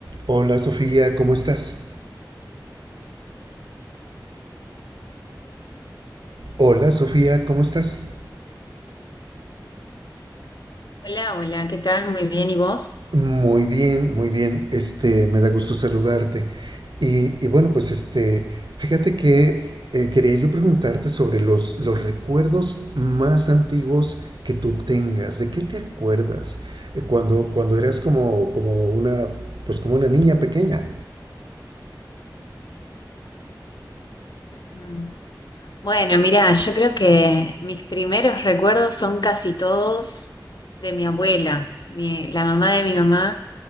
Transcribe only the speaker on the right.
Hola Sofía, ¿cómo estás? Hola Sofía, ¿cómo estás?
Muy bien, muy bien. Este, me da gusto saludarte. Y, y bueno, pues este, fíjate que eh, quería yo preguntarte sobre los, los recuerdos más antiguos que tú tengas. ¿De qué te acuerdas? Eh, cuando, cuando eras como, como una, pues como una niña pequeña.